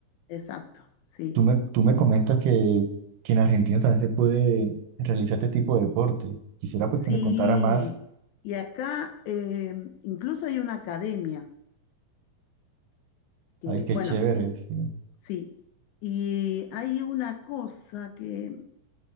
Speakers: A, on the left; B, on the right.
A: Exacto, sí.
B: Tú me, tú me comentas que, que en Argentina también se puede realizar este tipo de deporte. Quisiera pues
A: Sí,
B: que me contara más.
A: y acá eh, incluso hay una academia que,
B: Ay, qué
A: bueno,
B: chévere, sí.
A: sí, y hay una cosa que